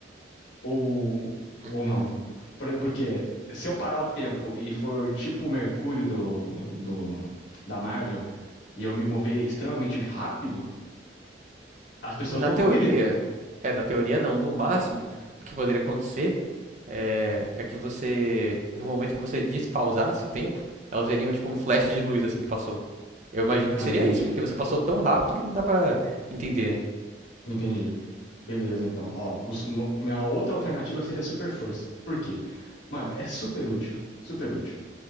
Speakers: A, on the left; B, on the right.
A: Ou,
B: Hum.
A: ou não? Por- Porque se eu parar o tempo e for tipo o Mercúrio do, do, da Marvel, e eu me mover extremamente rápido, as pessoas
B: Na
A: não
B: teoria,
A: vão me ver.
B: é, na teoria não, no máximo, o que poderia acontecer é, é que você, no momento que você despausasse o tempo, elas veriam tipo um flash de luz assim que passou. Eu imagino
A: Ah,
B: que seria
A: entendi.
B: isso, porque você passou tão rápido que não dá pra entender, né?
A: Entendi. Beleza, então. Ó, os- uma- minha outra alternativa seria super força. Por quê? Mano, é super útil. Super útil.